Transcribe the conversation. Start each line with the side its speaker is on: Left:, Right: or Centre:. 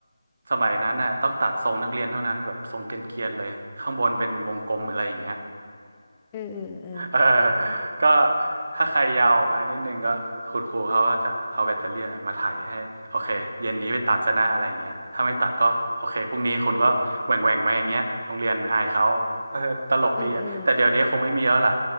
Right: สมัยนั้นน่ะต้องตัดทรงนักเรียนเท่านั้นแบบทรงเกรียนๆเลยข้างบนเป็นวงกลมอะไรอย่างเงี้ย
Left: เออเออเออ
Right: เออก็ถ้าใครยาวออกมานิดนึงก็คุณครูเขาก็จะเอาแบตเตอรี่อะมาไถ่ายให้โอเคเย็นนี้ไปตัดซะนะอะไรอย่างเงี้ยถ้าไม่ตัดก็โอเคพรุ่งนี้คุณก็แหว่งแหว่งมาอย่างเงี้ยโรงเรียนอายเขาเออตลกดีอะแต่เดี๋ยวนี้คงไม่มีแล้วแหละ
Left: เออเออ